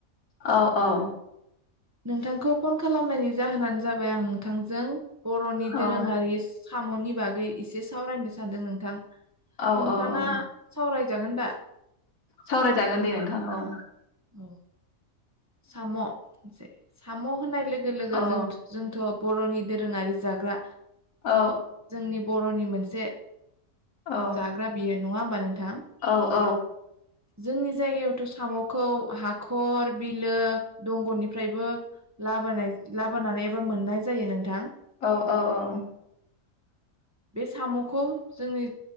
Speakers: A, on the left; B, on the right.
A: औ औ
B: नोंथांखौ फन खालामनायनि जाहोनानो जाबाय आं नोंथांजों बर'नि
A: औ
B: दोरोङारि साम'नि बागै एसे सावरायनो सानदों नोंथां।
A: औ
B: नोंथाङा
A: औ औ
B: सावरायजागोन दा
A: सावरायजागोन दे नोंथां औ।
B: औ साम' साम' होननाय लोगो लोगो
A: औ
B: जों जोंथ' बर'नि दोरोङारि जाग्रा
A: औ
B: जोंनि बर'नि मोनसे से
A: औ
B: जाग्रा बियो। नङा होमबा नों थां
A: औ औ
B: जोंनि जायायावथ' साम'खौ हाखर बिलो दंगनिफ्रायबो लाबोनाय लाबोनानै बा मोननाय जायो नोंथां।
A: औ औ औ
B: बे साम'खौ जोंनि